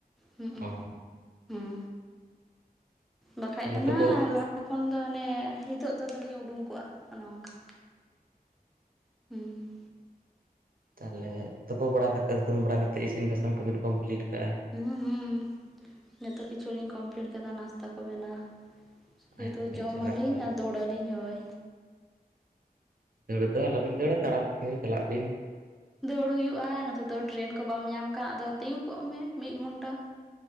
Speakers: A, in the centre; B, on the right.
A: ᱦᱩᱸᱻ ᱩᱸ᱾
B: ᱚ
A: ᱦᱩᱸᱻ ᱵᱟᱠᱷᱟᱡ
B: ᱛᱟᱦᱚᱞᱮ
A: ᱫᱚ
B: ᱛᱳᱯᱳ
A: ᱱᱟᱦᱟᱸᱼᱜ ᱞᱟᱦᱟ ᱠᱷᱚᱱ ᱫᱚ ᱦᱟᱱᱮᱼᱼ ᱮᱻ ᱦᱤᱸᱛᱚᱜ ᱫᱚ ᱛᱚᱞᱤᱧ ᱩᱰᱩᱝᱠ ᱠᱚᱜ-ᱟ, ᱚᱱᱳ ᱚᱸᱝ ᱱᱠᱟ᱾ ᱦᱩᱸᱻ ᱾
B: ᱛᱟᱦᱚᱞᱮ ᱛᱩᱯᱳ ᱵᱟᱲᱟ ᱠᱟᱛᱮ, ᱦᱩᱛᱩᱢ ᱵᱟᱲᱟ ᱠᱟᱛᱮᱜ, ᱤᱥᱤᱱ, ᱵᱟᱥᱟ ᱠᱚᱵᱤᱱ ᱠᱚᱢᱯᱤᱞᱤᱴ ᱠᱟᱜ-ᱟ?
A: ᱦᱩᱸᱻ ᱦᱩᱸᱻ ᱡᱚᱛᱚ ᱠᱤᱪᱷᱩ ᱞᱤᱧ ᱠᱚᱢᱯᱤᱞᱤᱴ ᱠᱟᱫᱟ' ᱱᱟᱥᱛᱟ ᱠᱚ ᱵᱮᱱᱟᱣᱼᱼ ᱥᱩᱫᱩ
B: ᱟᱪᱪᱷᱟ
A: ᱡᱚᱢᱟ
B: ᱟᱪᱪᱷᱟ ᱱᱟᱯᱟᱭ
A: ᱞᱤᱧ'
B: ᱜᱮ
A: ᱟᱨ ᱫᱳᱲᱟ ᱞᱤᱧ' ᱦᱚᱭ᱾
B: ᱫᱟᱹᱲ ᱫᱚ ᱟᱞᱚ ᱵᱤᱱ ᱫᱟᱹᱲᱟ ᱛᱟᱲᱟᱢ ᱛᱮᱜᱮ ᱪᱟᱞᱟᱜ ᱵᱤᱱ᱾
A: ᱫᱟᱹᱲ ᱦᱩᱭᱩᱜ-ᱟ ᱱᱚᱛᱮ ᱫᱚ ᱴᱨᱮᱱ ᱠᱚ ᱵᱟᱢ ᱧᱟᱢ ᱠᱷᱟᱱ ᱟᱫᱚ ᱛᱤᱸᱜᱩ ᱠᱚᱜ ᱢᱮ ᱢᱤᱫ ᱜᱷᱚᱱᱴᱟ ᱾